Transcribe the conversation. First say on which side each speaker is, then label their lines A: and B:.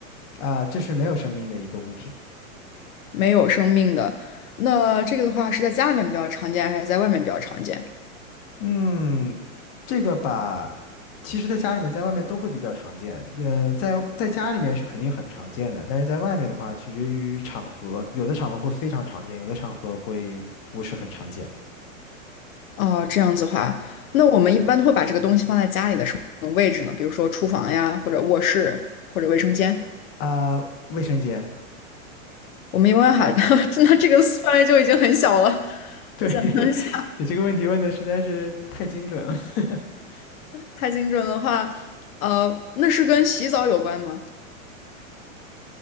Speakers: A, on the left (about 30°); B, on the left (about 80°).
A: 啊、这是没有生命的一个物品。
B: 没有生命的。那这个的话是在家里面比较常见，还是在外面比较常见？
A: 嗯，这个吧，其实在家里面，在外面都会比较常见。嗯、在在家里面是肯定很常见的，但是在外面的话，取决于场合，有的场合会非常常见，有的场合会不是很常见。
B: 哦，这样子的话，那我们一般都会把这个东西放在家里的什么位置呢？比如说厨房呀，或者卧室，或者卫生间。
A: 啊、卫生间。
B: 我们一般喊，<laughs> 那这个范围就已经很小了。
A: 对，
B: 我想象一下，
A: <laughs> 你这个问题问的实在是太精准了。<laughs>
B: 太精准的话，呃，那是跟洗澡有关吗？